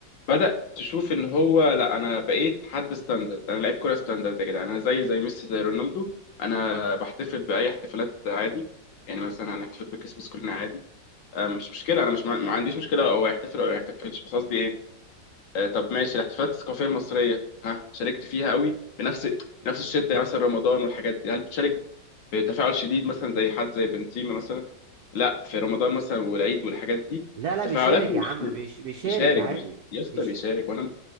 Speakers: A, on the left (about 85°); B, on the right (about 65°).
A: بدأ تشوف ان هو لا انا بقيت حد ستاندرد انا لعيب كوره ستاندرد يا جدعان انا زي زي ميسي زي رونالدو انا بحتفل باي احتفالات عادي يعني مثلا هنحتفل بكريسماس كلنا عادي آه، مش مشكله انا مش مع- ما عنديش مشكله هو يحتفل او ما يحتفلش بس قصدي ايه آه، طب ماشي الاحتفالات الثقافيه المصريه ها شاركت فيها قوي بنفس بنفس الشده يعني مثلا رمضان والحاجات دي هل بتشارك بتفاعل شديد مثلا زي حد زي بنزيما مثلا لا في رمضان مثلا والعيد والحاجات دي
B: لا لا
A: تفاعلاته
B: بيشارك يا
A: مش
B: عم بيش... بيشارك
A: بيشارك
B: عادي
A: بيش- يا اسطى
B: بيش...
A: بيشارك وانا